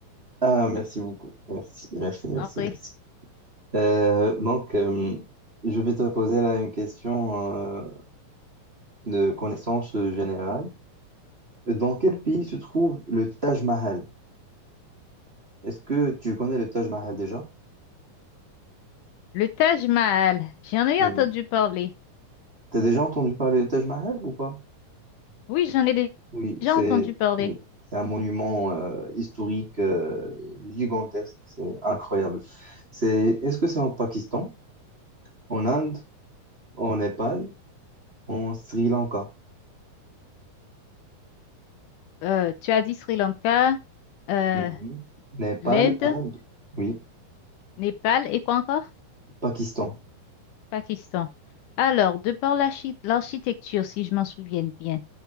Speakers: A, on the right (about 20°); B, on the left (about 75°).
A: Ah, merci beaucoup. Merci, merci, merci,
B: Après,
A: merci. Euh, donc, euh, je vais te poser là une question euh, de connaissance générale. Dans quel pays se trouve le Taj Mahal? Est-ce que tu connais le Taj Mahal déjà?
B: le Taj Mahal, j'en ai
A: Oui.
B: entendu parler.
A: T'as déjà entendu parler du Taj Mahal ou pas?
B: Oui, j'en ai dé-
A: Oui,
B: déjà
A: c'est
B: entendu parler.
A: oui, c'est un monument euh, historique euh, gigantesque, c'est incroyable. C'est, est-ce que c'est en Pakistan, en Inde, en Népal, en Sri Lanka?
B: Euh, tu as dit Sri Lanka, euh,
A: Mhm. Népal,
B: l'Inde,
A: Inde, oui,
B: Népal et quoi encore?
A: Pakistan.
B: Pakistan. Alors, de par l'archi- l'architecture, si je m'en souviens bien,